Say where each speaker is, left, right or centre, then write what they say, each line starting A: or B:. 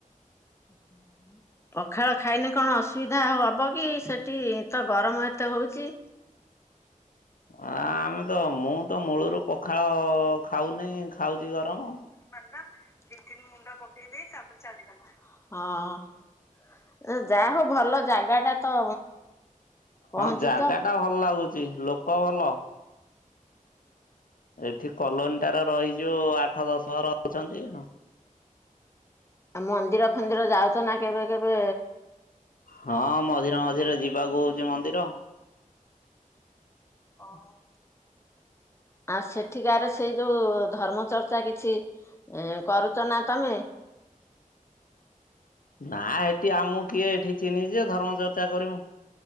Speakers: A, on the left; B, on the left.
A: <inaudible> ପଖାଳ ଖାଇନେ କଣ ଅସୁବିଧା ହବ କି, ସେଠି ତ ଗରମ ଏତେ ହଉଚି।
B: ଆ ଆମେ ତ ମୁଁ ତ ମୂଳରୁ ପଖାଳ ଖାଉନି ଖାଉଚି ଗରମ।
A: <unintelligible> ଦି ତିନି ମୁଣ୍ଡ ପକେଇ ଦେଇ ତାପରେ ଚାଲିବୁ। ହଁ। ଯାହା ହଉ ଭଲ ଜାଗା ଟା ତ ପହଞ୍ଚିଛ
B: ହଁ ଜାଗା ଟା ଭଲ ଲାଗୁଚି ଲୋକ ଭଲ। ଏଠି କଲୋନୀ ଟାରେ ରହିଚୁ ଆଠ ଦଶ ଘର ଅଛନ୍ତି।
A: ଆ ମନ୍ଦିର ଫନ୍ଦିର ଯାଉଚ ନା କେବେ କେବେ
B: ହଁ ମଝିରେ ମଝିରେ ଯିବାକୁ ହଉଚି ମନ୍ଦିର।
A: ଅ ହ। ଆଉ ସେଠିକାରେ ସେଇ ଯୋଉ ଧର୍ମ ଚର୍ଚ୍ଚା କିଛି କରୁଚ ନା ତମେ?
B: ନା ଏଠି ଆମକୁ କିଏ ଏଠି ଚିହ୍ନିଚି ଯେ ଧର୍ମଚର୍ଚ୍ଚା କରିବୁ।